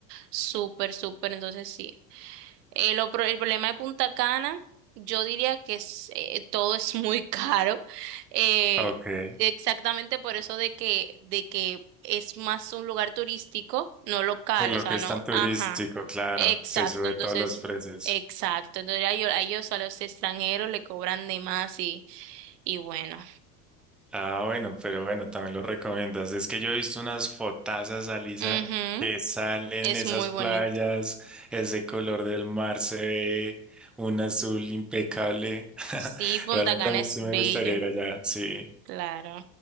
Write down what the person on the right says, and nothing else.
Súper, súper. Entonces sí, eh, lo pro- el problema de Punta Cana, yo diría que es, eh, todo es muy <laughs> caro. eh,
exactamente por eso de que, de que es más un lugar turístico, no local,
o sea,
no,
ajá.
Exacto,
entonces,
exacto. Entonces a ellos, a ellos, a los extranjeros le cobran de más y, y bueno.
Ujú,
Es
muy
bonito.
Sí, Punta
Cana
es
bello,
claro.